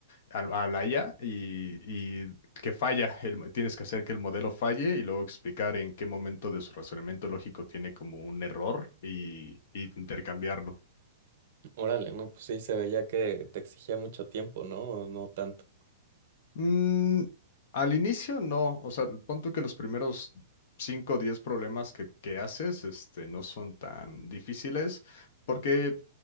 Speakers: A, on the left; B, on the right.
A: al- a, la IA, y, y que falla, el mo- tienes que hacer que el modelo falle y luego explicar en qué momento de su razonamiento lógico tiene como un error y, y intercambiarlo.
B: Órale, no, pues sí, se veía que te exigía mucho tiempo, ¿no? ¿O no tanto?
A: Mm, al inicio no, o sea, pon tú que los primeros 5 o 10 problemas que, que haces este, no son tan difíciles porque